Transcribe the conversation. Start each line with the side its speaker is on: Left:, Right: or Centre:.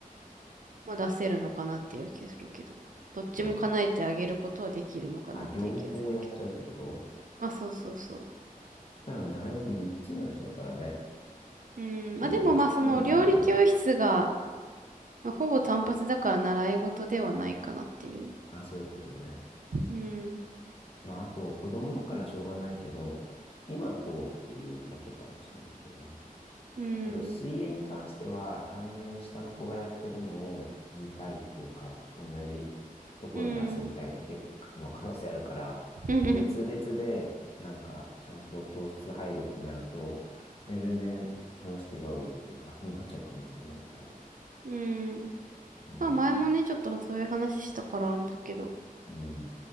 Right: まあ出せるのかなっていう気がするけど、どっちも叶えてあげることはできるのかなっていう気がするけど。
Left: まあ、あ、両方やっちゃうってこと
Right: まあそうそうそ
Left: そしたら習い事3つになっちゃうからね。
Right: う。うん、まあでもまあその料理教室が、
Left: どっちかでいいんじゃない
Right: まあ、ほぼ単発だから習い事ではないかなっていう。
Left: あ、そういうことね。
Right: うん
Left: まあ、あと、子供だからしょうがないけど、今こうっていうだけかもしれないけどね。
Right: うん。
Left: あと、水泳に関しては、単純に下の子がやってるのを見たいっていうか、同じところで遊びたいだけの可能性あるから、
Right: うん。うん。
Left: 別々で、
Right: <laughs>
Left: なんか、ちゃんと教室入るってなると、え全然話違うよっていう話になっちゃうかもしれないから。
Right: うん
Left: うん、
Right: まあ前もね、ちょっとそういう話したからあれだけど、
Left: うん、